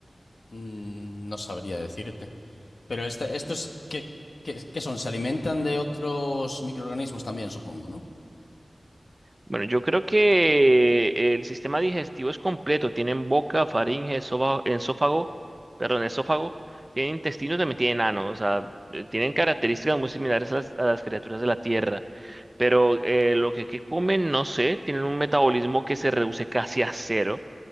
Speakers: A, on the left; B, on the right.
A: Mm, no sabría decirte. Pero esta- estos, ¿qué, qué- qué son? Se alimentan de otros microorganismos también, supongo, ¿no?
B: Bueno, yo creo que el sistema digestivo es completo. Tienen boca, faringe, esófa- esófago, perdón, esófago. Tienen intestinos, también tienen ano. O sea, eh, tienen características muy similares a las, a las criaturas de la Tierra. Pero eh, lo que, que comen, no sé, tienen un metabolismo que se reduce casi a cero.